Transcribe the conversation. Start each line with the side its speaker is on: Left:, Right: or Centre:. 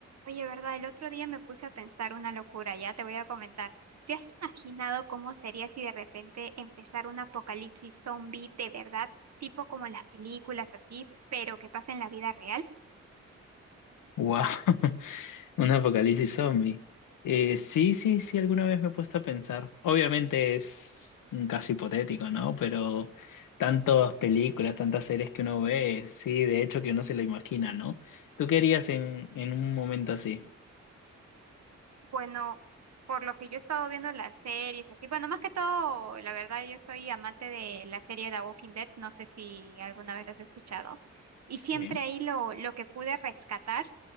Right: Oye, ¿verdad? El otro día me puse a pensar una locura, ya te voy a comentar. ¿Te has imaginado cómo sería si de repente empezara un apocalipsis zombie de verdad, tipo como en las películas así, pero que pasa en la vida real?
Left: Wow, <laughs> un apocalipsis zombie. Eh, sí, sí, sí, alguna vez me he puesto a pensar. Obviamente es un caso hipotético, ¿no? Pero tantas películas, tantas series que uno ve, sí, de hecho que uno se lo imagina, ¿no? ¿Tú qué harías en, en un momento así?
Right: Bueno, por lo que yo he estado viendo las series así, bueno, más que todo, la verdad, yo soy amante de la serie The Walking Dead, no sé si alguna vez la has escuchado. Y
Left: Sí.
Right: siempre ahí lo, lo que pude rescatar